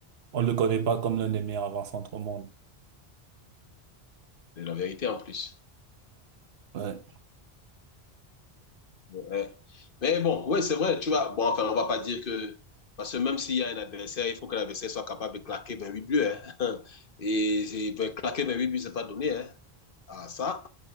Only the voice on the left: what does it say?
c'est la vérité en plus.
Ouais. Mais bon, ouais, c'est vrai, tu vois. Bon, enfin, on va pas dire que. Parce que même s'il y a un adversaire, il faut que l'adversaire soit capable de claquer 28 buts. hein. <laughs> Et, et, ben, claquer huit buts, c'est pas donné. Hein. Ah, ça,